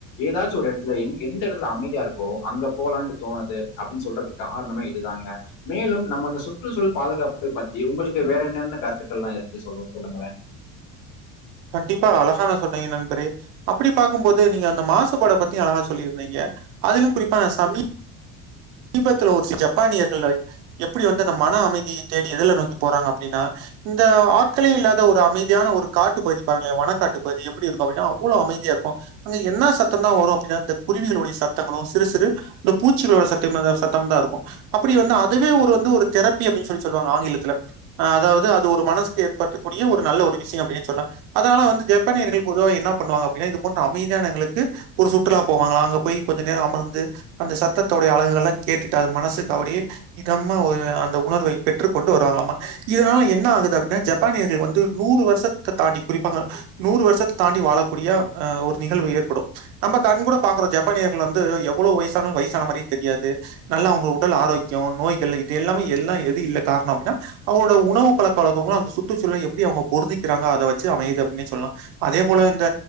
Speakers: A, on the left; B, on the right.
A: எதாச்சு ஒரு எடத்துல எங்க எந்த எடத்துல அமைதியா இருக்கோ அங்க போலான்ட்டு தோணுது அப்டின்னு சொல்றதுக் காரணமே இதுதாங்க மேலும் நம்ம இந்த சுற்றுச்சூழல் பாதுகாப்புகள் பத்தி உங்குளுக்கு வேற என்னென்ன கருத்துக்கள்லா இருக்கு சகோ சொல்லுங்களே
B: கண்டிப்பா அழகாக சொன்னீங்க நன்றி அப்டி பாக்கும்போது நீங்க அந்த மாசுபாட பத்தி அழகா சொல்லிருந்திங்க அதிலு குறிப்பா சமீ மீபத்துல ஒரு சில ஜப்பானியர்கள் எப்டி வந்து அந்த மன அமைதிய தேடி எதுல நோக்கி போறாங்க அப்டின்னா இந்த ஆட்களே இல்லாத ஒரு அமைதியான ஒரு காட்டு பகுதி பாருங்களே வனக்காட்டு பகுதி எப்டி இருக்கு அப்டின்னா அவ்ளோ அமைதியா இருக்கு அங்க என்னா சத்தந்தா வரு அப்டின்னா இந்த குருவிகளுடைய சத்தங்களு சிறு சிறு இந்த பூச்சிகளோட சத் <unintelligible> சத்தம் தா இருக்கு அப்டி வந்து அதுவே ஒரு வந்து ஒரு தெரப்பி அப்டின் சொல்லி சொல்லுவாங்க ஆங்கிலத்துல அ அதாவது அது ஒரு மனசுக்கு ஏற்படுத்தக்கூடிய ஒரு நல்ல ஒரு விஷ்யம் அப்டின் சொல்வே அதனால வந்து ஜப்பானியர்கள் பொதுவா என்ன பண்ணுவாங்க அப்டின்னா இது போன்ற அமைதியானங்களுக்கு ஒரு சுற்றுலா போவாங்களா அங்க போய் கொஞ்ச நேரோ அமர்ந்து அந்த சத்தத்தோ அழகுகள்லா கேட்டுட்டு அது மனசுக்கு அப்டியே இதமா ஓ அந்த உணர்வை பெற்றுக்கொண்டு வருவாங்களாமா இதனால என்ன ஆகுது அப்டின்னா ஜப்பானியர்கள் வந்து நூறு வர்ஷ த்தத தாண்டி குறிப்பாக நூறு வர்ஷத்த தாண்டி வாழக்கூடிய அ ஒரு நிகழ்வு ஏற்படு நம்ப கண் கூட பாக்குறோ ஜப்பானியர்கள் வந்து எவ்ளோ வய்சானாலு வய்சானமாரி தெரியாது நல்லா அவங்க உடல் ஆரோக்கியம் நோய்கள் இது எல்லாமே எல்லாம் எது இல்ல காரணோ அப்டின்னா அவுங்ளோட உணவு பழக்க வழக்கங்களு அந்த சுற்றுச்சூழல எப்டி அவங்க பொருந்திக்கிறாங்க அத வச்சு அமையுது அப்டின்னே சொல்லா அதே போல இந்த